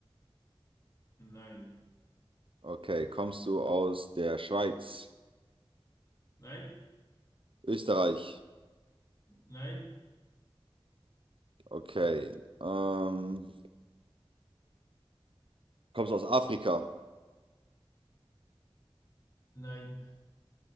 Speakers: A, on the left; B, on the right.
A: nein,
B: Okay. Kommst du aus der Schweiz?
A: nein,
B: Österreich?
A: nein,
B: Okay. Ähm, kommst du aus Afrika?
A: nein,